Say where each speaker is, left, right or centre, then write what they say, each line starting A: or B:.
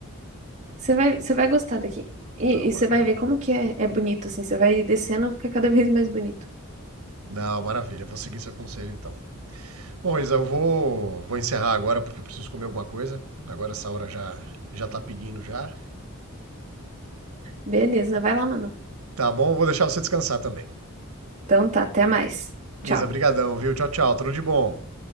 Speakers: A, on the right; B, on the right.
A: Você vai, você vai gostar daqui. E,
B: Não, maravilha.
A: e você vai ver como que é, é bonito, assim. Você vai descendo, fica cada vez mais bonito.
B: Não, maravilha. Vou seguir seu conselho então. Bom, Isa, eu vou, vou encerrar agora porque eu preciso comer alguma coisa. Agora essa hora já, já tá pedindo já.
A: Beleza, vai lá, mano.
B: Tá bom, vou deixar você descansar também.
A: Então tá, até mais.
B: Isa,
A: Tchau.
B: brigadão, viu? Tchau, tchau. Tudo de bom.